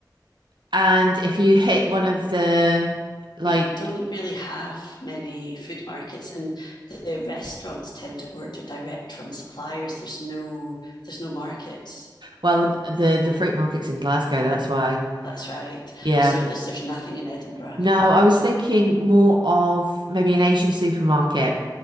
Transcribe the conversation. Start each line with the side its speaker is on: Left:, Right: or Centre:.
Right: and if you hit one of the like
Left: We don't really have many food markets, and the restaurants tend to order direct from suppliers. There's no there's no markets.
Right: well the the fruit markets in Glasgow, that's why.
Left: That's right.
Right: Yeah.
Left: So there's there's nothing in Edinburgh.
Right: No, I was thinking more of maybe an Asian supermarket.